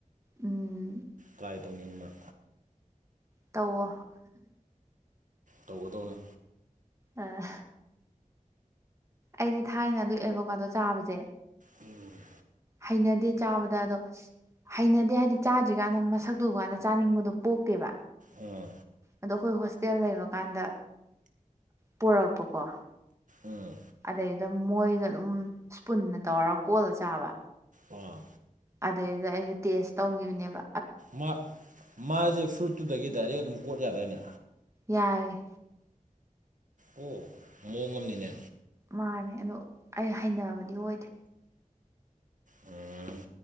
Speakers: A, on the right (about 20°); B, on the right (about 70°).
A: ꯎꯝ
B: ꯇ꯭ꯔꯥꯏ ꯇꯧꯅꯤꯡꯕ
A: ꯇꯧꯋꯣ
B: ꯇꯧꯒꯗꯧꯅꯦ
A: ꯑꯥ ꯑꯩꯗꯤ ꯊꯥꯏꯅ ꯑꯗꯨ ꯑꯦꯕꯣꯀꯥꯗꯣ ꯆꯥꯕꯖꯦ
B: ꯎꯝ
A: ꯍꯩꯅꯗꯦ ꯆꯥꯕꯗ ꯑꯗꯣ ꯍꯩꯅꯗꯦ ꯍꯥꯏꯗꯤ ꯆꯥꯗ꯭ꯔꯤꯀꯥꯟꯗ ꯃꯁꯛꯇꯨ ꯎꯀꯥꯟꯗ ꯆꯥꯅꯤꯡꯕꯗꯣ ꯄꯣꯛꯇꯦꯕ
B: ꯑꯥ
A: ꯑꯗꯣ ꯑꯩꯈꯣꯏ ꯍꯣꯁꯇꯦꯜ ꯂꯩꯕꯀꯥꯟꯗ ꯄꯣꯔꯛꯄꯀꯣ
B: ꯑꯥ
A: ꯑꯗꯩꯗ ꯃꯣꯏꯅ ꯑꯗꯨꯝ ꯏꯁꯄꯨꯟꯅ ꯇꯧꯔ ꯀꯣꯠꯂꯥ ꯆꯥꯕ
B: ꯑꯥ
A: ꯑꯗꯩꯩꯗꯨꯗ ꯑꯩꯖꯨ ꯇꯦꯁ ꯇꯧꯒꯤꯕꯥꯅꯦꯕ
B: ꯃꯥ ꯃꯥꯖꯦ ꯐ꯭ꯔꯨꯠꯇꯨꯗꯒꯤ ꯗꯥꯏꯔꯦꯛ ꯑꯗꯨꯝ ꯀꯣꯠ ꯌꯥꯗꯏꯅꯦ
A: ꯌꯥꯏꯌ‌ꯦ
B: ꯑꯣ ꯃꯑꯣꯡ ꯑꯃꯅꯤꯅꯦ
A: ꯃꯥꯟꯅꯦ ꯑꯗꯣ ꯑꯩ ꯍꯩꯅꯕꯗꯤ ꯑꯣꯏꯗꯦ
B: ꯎꯝ